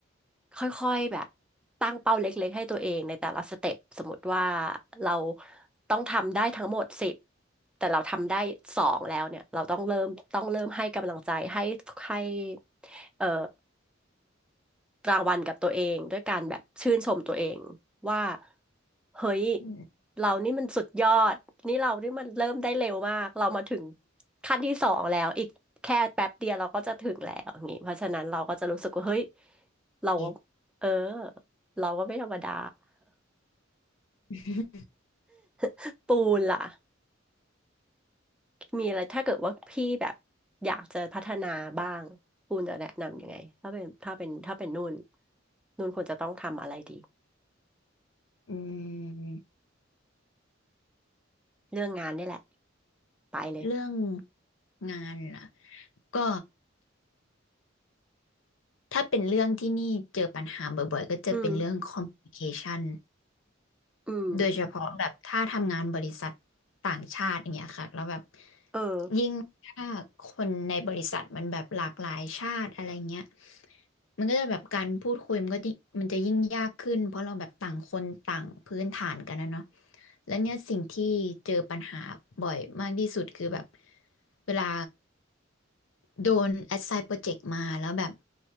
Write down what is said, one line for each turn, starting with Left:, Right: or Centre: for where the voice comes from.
Centre: ค่อยๆ แบบตั้งเป้าเล็กๆ ให้ตัวเองในแต่ละสเต็ปสมมติว่าเราต้องทำได้ทั้งหมดสิบแต่เราทำได้สองแล้วเนี่ย เราต้องเริ่มต้องเริ่มให้กำลังใจให้ให้เอ่อ รางวัลกับตัวเองด้วยการแบบชื่นชมตัวเองว่าเฮ้ย
Left: อืม <laughs>
Centre: เรานี่มันสุดยอดนี่เรานี่มันเริ่มได้เร็วมากเรามาถึงขั้นที่สองแล้วอีกแค่แป๊บเดียวเราก็จะถึงแล้วอย่างงี้เพราะฉะนั้นเราก็จะรู้สึกว่าเฮ้ยเรา
Left: เก็ต
Centre: เออเราก็ไม่ธรรมดา
Left: <laughs>
Centre: <laughs> ปูนล่ะมีอะไรถ้าเกิดว่าพี่แบบอยากจะพัฒนาบ้างปูนจะแนะนำยังไงถ้าเป็นถ้าเป็นถ้าเป็นนุ่นนุ่นควรจะต้องทำอะไรดี
Left: อืม
Centre: เรื่องงานนี่แหละไปเลย
Left: เรื่องงานล่ะก็ถ้าเป็นเรื่องที่นี่เจอปัญหาบ่อยๆก็จะเป็นเรื่อง
Centre: อืม
Left: c o m m u n i c a t i o n
Centre: อืม
Left: โดยเฉพาะแบบถ้าทำงานบริษัทต่างชาติอย่างเงี้ยค่ะแล้วแบบ
Centre: เออ
Left: ยิ่งถ้าคนในบริษัทมันแบบหลากหลายชาติอะไรเงี้ยมันก็จะแบบการพูดคุยมันก็ยิ่งมันจะยิ่งยากขึ้นเพราะเราแบบต่างคนต่างพื้นฐานกันนะเนาะแล้วเนี่ยสิ่งที่เจอปัญหาบ่อยมากที่สุดคือแบบเวลาโดน assign project มาแล้วแบบ